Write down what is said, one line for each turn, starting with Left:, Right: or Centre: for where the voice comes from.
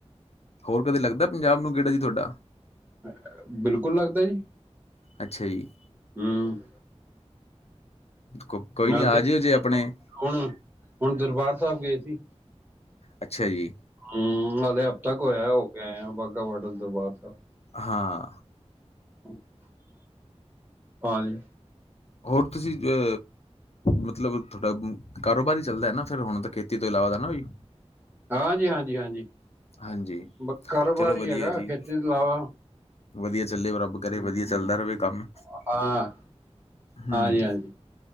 Left: ਹੋਰ ਕਦੇ ਲੱਗਦਾ ਪੰਜਾਬ ਨੂੰ ਗੇੜਾ ਜੀ ਤੋਹਾਡਾ?
Right: ਅ, ਬਿਲਕੁਲ ਲੱਗਦਾ ਜੀ।
Left: ਅੱਛਾ ਜੀ
Right: ਹੂੰ
Left: ਕੋ-ਕੋਈ
Right: ਹਾਂ
Left: ਨੀ
Right: ਤੇ
Left: ਆਜਿਓ ਜੇ ਆਪਣੇ।
Right: ਹੁਣ, ਹੁਣ ਦਰਬਾਰ ਸਾਹਿਬ ਗਏ ਸੀ।
Left: ਅੱਛਾ ਜੀ।
Right: ਹੂੰ ਹਾਲੇੇ ਹਫ਼ਤਾ ਕੁ ਹੋਇਆ ਹੋ ਕੇ ਆਇਆ ਬਾਘਾ ਬਾਡਰ, ਦਰਬਾਰ ਸਾਹਿਬ।
Left: ਹਾਂ
Right: <inaudible> ਹਾਂਜੀ
Left: ਹੋਰ ਤੁਸੀਂ ਏ ਮਤਲਬ ਥੋਡਾ ਕਾਰੋਬਾਰ ਈ ਚੱਲਦਾ ਨਾ ਫੇਰ ਹੁਣ ਤਾਂ ਖੇਤੀ ਤੋਂ ਇਲਾਵਾ ਦਾ ਨਾ ਵੀ?
Right: ਹਾਂਜੀ -ਹਾਂਜੀ- ਹਾਂਜੀ,
Left: ਹਾਂਜੀ
Right: ਬ ਕਾਰੋਬਾਰ
Left: ਚਲੋ
Right: ਈ
Left: ਵਧੀਆ
Right: ਹੈਗਾ
Left: ਜੀ
Right: ਖੇਤੀ ਤੋਂ ਇਲਾਵਾ।
Left: ਵਧੀਆ ਚੱਲੇ ਓ ਰੱਬ- ਕਰੇ
Right: ਹੂੰ,
Left: ਵਧੀਆ
Right: ਹੂੰ,
Left: ਚੱਲਦਾ ਰਵੇ ਕੰਮ।
Right: ਹਾਂ
Left: ਹੂੰ
Right: ਹਾਂਜੀ ਹਾਂਜੀ